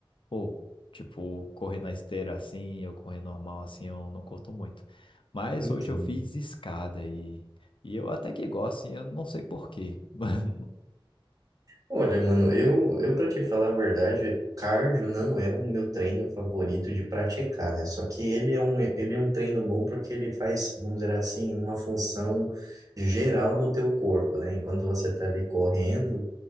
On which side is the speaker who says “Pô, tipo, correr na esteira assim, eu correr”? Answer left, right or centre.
Left